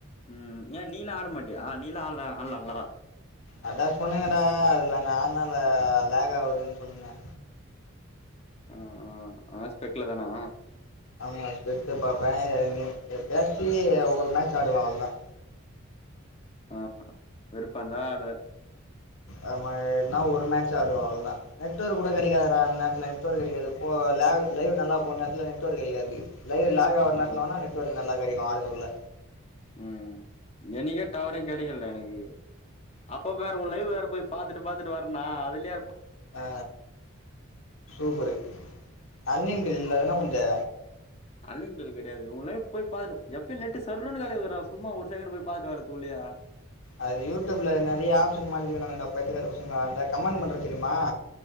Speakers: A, on the left (about 30°); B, on the left (about 75°).
A: ம் ஏன் நீல்லா ஆட மாட்டியா நீல்லா ஆட்லா ஆட்லால்லா
B: அதா சொன்னலடா இதுல நான்னால லேக் ஆகுதுன்னு சொன்னல்ல
A: ஆ ஆ ஆஸ்பெட்லதானா
B: ஆமா பெட்ட பாப்பேன் எப்பயாச்சு ஒரு மேட்ச் ஆடுவேன் அவ்ளோதான்
A: ஆ விருப்பம் இருந்தா ஆடுவ
B: அ மாரி ந ஒரு மேட்ச ஆடுவ அவ்ளோதான் நெட்வொர்க் கூட கெடைக்காதுடா அந் நேரத்துல நெட் ஓர்க் கெடைக்காது போ லேவ் லைவ் நல்லா போற் நேரத்துல நெட்ஒர்க் கெடைக்காது லைவ் லாக் ஆவுர
A: ம்
B: நேரத்துல வேணா நெட்ஓர்க் நல்லா கெடைக்கு ஆரனூர்ல
A: ம் எனக்கே டவரே கெடைக்கல்டா எனக்கு அப்ப வேற உ லைவ் வேற போய் பாத்துட்டு பாத்துட்டு வரேனா அதுலே
B: அ சூப்பரு அன்லிமிடெட் இல்ல தானா உன்து
A: அன்லிமிடெட் கெடயாது உ லைவ் போய் பாத்துட்டு எப்ப நெட்டு சர்ன்னு காலியாதுடா சும்மா ஒரு செகண்ட் போய் பாத்துட்டு வரதுக்குள்ளயே
B: அது யூடியூப்ல் நெறய ஆப்ஷன் மாத்திக்கிறானுங்கடா பயித்தியக்கார பசங்க அந்த கமெண்ட் பண்றோ தெரிமா